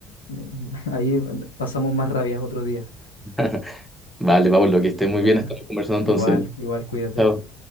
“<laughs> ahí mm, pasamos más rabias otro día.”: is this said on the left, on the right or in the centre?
Left